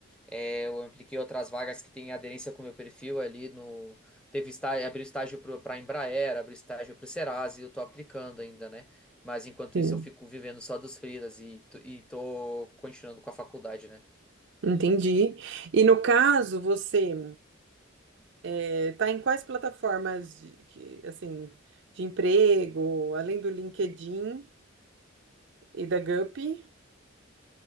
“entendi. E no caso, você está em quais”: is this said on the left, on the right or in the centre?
Right